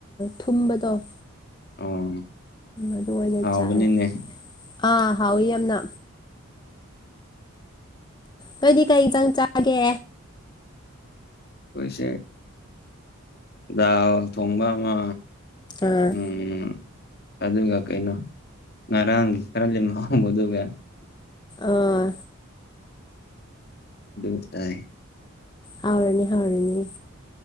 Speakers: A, on the left; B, on the left.
A: ꯊꯨꯝꯕꯗꯣ
B: ꯑꯣ
A: ꯑꯗꯨ ꯑꯣꯏꯅ
B: ꯍꯥꯎꯕꯅꯤꯅꯦ
A: ꯆꯥꯏ ꯑꯥ ꯍꯥꯎ ꯏ ꯌꯥꯝꯅ ꯅꯣꯏꯗꯤ ꯀꯩ ꯆꯪ ꯆꯥꯒꯦ
B: ꯄꯣꯏꯁꯦ ꯥꯎ ꯊꯣꯡꯕ ꯑꯃ
A: ꯑꯥ
B: ꯎꯝ ꯑꯗꯨꯒ ꯀꯩꯅꯣ ꯉꯔꯥꯡꯒꯤ ꯈꯔ ꯂꯩꯍꯣꯡꯕ ꯑꯗꯨꯒ
A: ꯑꯥ
B: ꯗꯨꯝ ꯇꯥꯏ
A: ꯍꯥꯎꯔꯅꯤ ꯍꯥꯎꯔꯅꯤ